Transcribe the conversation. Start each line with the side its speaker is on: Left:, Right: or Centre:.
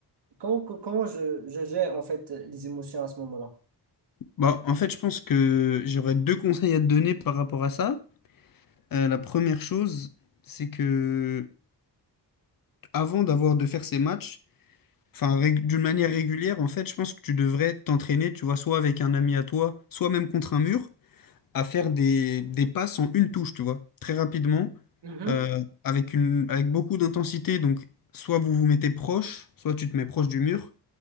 Right: comment, co- comment je, je gère en fait les émotions à ce moment-là?
Left: Bah, en fait, je pense que j'aurais deux conseils à te donner par rapport à ça. Euh, la première chose, c'est que avant d'avoir de faire ces matchs, enfin rég- d'une manière régulière, en fait, je pense que tu devrais t'entraîner, tu vois, soit avec un ami à toi, soit même contre un mur, à faire des, des passes en une touche, tu vois, très rapidement,
Right: Mhm.
Left: euh, avec une, avec beaucoup d'intensité. Donc, soit vous vous mettez proche, soit tu te mets proche du mur.